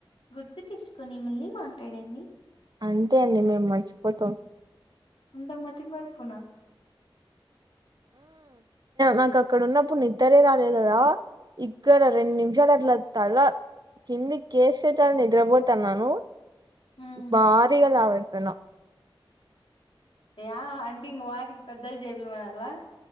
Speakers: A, on the left (about 80°); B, on the right (about 50°).
A: గుర్తు తీసుకొని మళ్ళీ మాట్లాడండి
B: అంతే అండి మేము మర్చిపోతాం
A: అంత మతి మరిపునా
B: నాకు అక్కడ ఉన్నప్పుడు నిద్దరే రాలేదు కదా ఇక్కడ రెండు నిమిషాలు అట్లా తల కింది కేస్ చేటాలని నిద్రపోతున్నాను
A: హ్మ్
B: భారీగా లవ్వులుపోయా
A: యా అంటే వాకిలి పెద్దగ జెయ్యిపిమనాలా